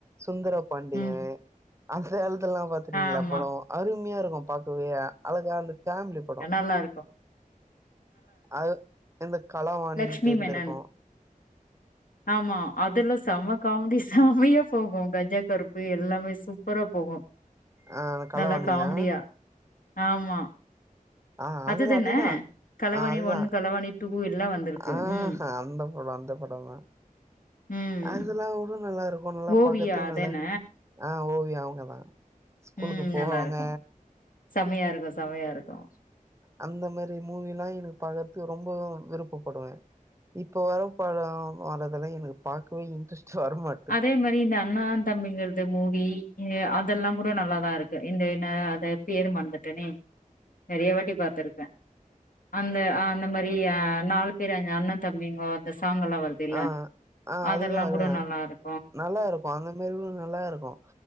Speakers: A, on the right; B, on the left.
A: சுந்தர பாண்டியன்
B: ம்
A: அந்த காலத்துல்லாம் பாத்துக்கீங்களா
B: ஆமா
A: படோ அருமையா இருக்கும் பாக்கவே அழகா அந்த ஃபேமிலி படோ
B: நல்லா இருக்கும்
A: அது இந்த களவாணின்ட்டு
B: லக்ஷ்மி
A: இருந்திருக்கும்
B: மேனன் ஆமா அதெல்லா செம காமெடி செமயா போகு கஞ்ஜா கருப்பு எல்லாமே சூப்பரா போகு
A: ஆ அந்த களவாணியா
B: நல்லா காமெடியா ஆமா
A: ஆ அதுல
B: அதுதான
A: அதுதா
B: களவாணி
A: ஆ அதுதா
B: ஒன் களவாணி டூ எல்லா வந்திருக்கு
A: ஆ
B: ம்
A: அந்த படோ அந்த படந்தா
B: ம்
A: அதெல்லா கூட நல்லா இருக்கு நல்லா
B: ஓவியா
A: பாக்கறத்துக்கு
B: அதான
A: நல்லா ஆ ஓவியா அவங்க தா ஸ்கூலுக்கு
B: ம்
A: போவாங்க
B: நல்லாருக்கு செமையா இருக்கு செமையா இருக்கு
A: அந்த மாரி மூவி எல்லா எனக்கு பாக்கறதத்துக்கு ரொம்பவு விருப்பப்படுவே இப்போ வர்ற படோ வர்றதெல்லா எனக்கு பாக்கவே இன்ட்ரெஸ்ட் வரமாட்
B: அதே மாரி இந்த அண்ணா தம்பிங்கள்து மூவி அதெல்லா கூட நல்லாதா இருக்கு இந்த என்ன அத பேரு மறந்துட்டனே நெறையா வாட்டி பாத்துருக்கே அந்த ஆ அந்த மாரி ஆ நாலு பேர் அ அண்ணன் தம்பிங்க அந்த சாங்க் எல்லா வரு இல்ல
A: ஆ ஆ
B: அதெல்லா
A: அதுதான் அதுதான்
B: கூட நல்லா இருக்கு
A: நல்லா இருக்கு அந்த மாரி கூட நல்லா இருக்கு